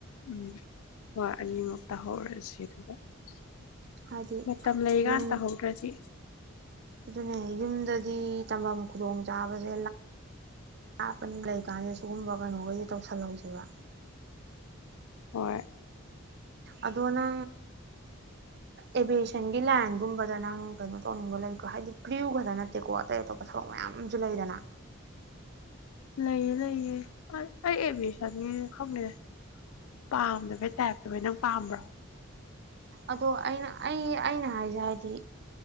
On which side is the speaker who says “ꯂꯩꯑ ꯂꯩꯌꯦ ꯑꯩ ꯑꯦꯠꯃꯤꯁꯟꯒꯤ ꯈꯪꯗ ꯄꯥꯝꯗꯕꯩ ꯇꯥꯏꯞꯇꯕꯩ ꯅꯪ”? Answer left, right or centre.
Left